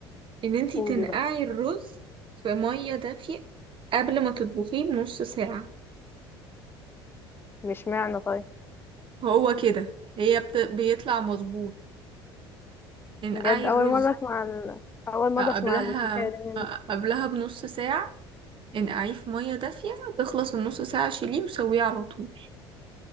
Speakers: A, on the right; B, on the left.
A: ان انتي
B: قولي
A: تنقعي
B: بقى
A: الرز في مية دافية قبل ما تطبخيه بنص ساعة
B: مش معنى طيب
A: هو كده هي بت... بيطلع مظبوط انقعي
B: بجد أول
A: الرز
B: مرة أسمع ال... أول مرة
A: قبلها
B: أسمع الحكاية دي منك
A: قبلها بنص ساعة انقعيه في مية دافية تخلص النص ساعة شيليه وسويه على طول